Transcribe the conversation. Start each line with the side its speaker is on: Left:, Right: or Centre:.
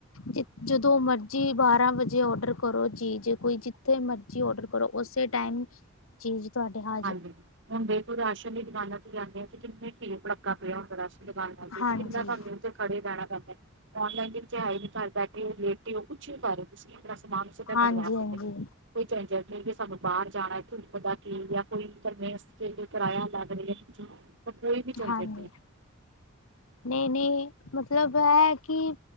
Left: ਜ ਜਦੋਂ ਮਰਜੀ ਬਾਰਾਂ ਵਜੇ ਆਰਡਰ ਕਰੋ ਚੀਜ਼ ਕੋਈ ਜਿੱਥੇ ਮਰਜੀ ਆਰਡਰ ਕਰੋ ਉਸੇ ਟਾਈਮ ਚੀਜ਼ ਤੁਹਾਡੇ ਹੱਥ
Right: ਹਾਂਜੀ ਹੁਣ ਦੇਖੋ ਰਾਸ਼ਨ ਦੀ ਦੁਕਾਨਾਂ ਚ ਜਾਂਦੇ ਹਾਂ ਤੇ ਕਿੰਨਾ ਪੀੜ ਭੜੱਕਾ ਪਿਆ ਹੁੰਦਾ ਰਾਸ਼ਨ ਦੁਕਾਨਾਂ ਚ
Left: ਹਾਂਜੀ
Right: ਕਿੰਨਾ ਸਾਨੂੰ ਉਥੇ ਖੜੇ ਰਹਿਣਾ ਪੈਂਦਾ ਔਨਲਾਈਨ ਦੇ ਵਿਚ ਹੈ ਹੀ ਨਹੀਂ ਘਰ ਬੈਠੇ ਲੇ ਉਹ ਕੁਛ ਵੀ ਕਰ ਤੁਸੀਂ ਆਪਣਾ ਸਮਾਨ ਸਿੱਧਾ
Left: ਹਾਂਜੀ
Right: ਮੰਗਵਾ ਸਕਦੇ
Left: ਹਾਂਜੀ
Right: ਹੋ ਕੋਈ ਝੰਜਟ ਨਹੀਂ ਵੀ ਸਾਨੂੰ ਬਾਹਰ ਜਾਣਾ ਧੂਪ ਦਾ ਕੀ ਜਾਂ ਕੋਈ <inaudible> ਜੇ ਕੋਈ ਫੜਾਇਆ ਹੁੰਦਾ <inaudible> ਤਾਂ ਕੋਈ ਵੀ ਚਲ
Left: ਹਾਂਜੀ
Right: ਜ
Left: ਨਹੀਂ-ਨਹੀਂ ਮਤਲਬ ਇਹ ਕਿ